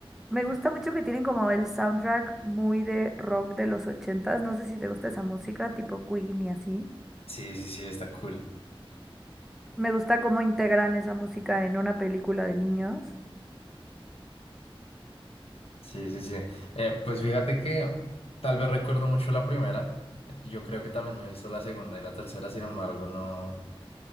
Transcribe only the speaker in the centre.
me gusta mucho que tienen como el soundtrack muy de rock de los ochentas. No sé si te gusta esa música, tipo Queen y así.
Me gusta cómo integran esa música en una película de niños.